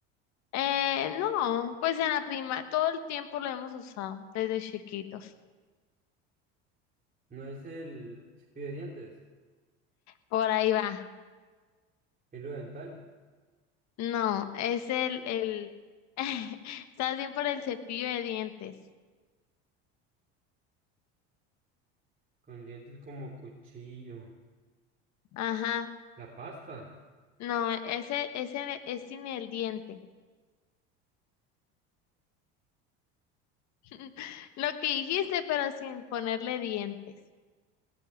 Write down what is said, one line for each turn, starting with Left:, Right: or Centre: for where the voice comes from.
Left: Eh, no, pues en la prima todo el tiempo lo hemos usado desde chiquitos.
Right: No es el cepillo de dientes,
Left: Por ahí va.
Right: el hilo dental,
Left: No, es el, el, <laughs> estás bien por el cepillo de dientes.
Right: con dientes como cuchillo.
Left: Ajá,
Right: La pasta,
Left: no, ese, ese es sin el diente. <laughs> Lo que dijiste, pero sin ponerle dientes.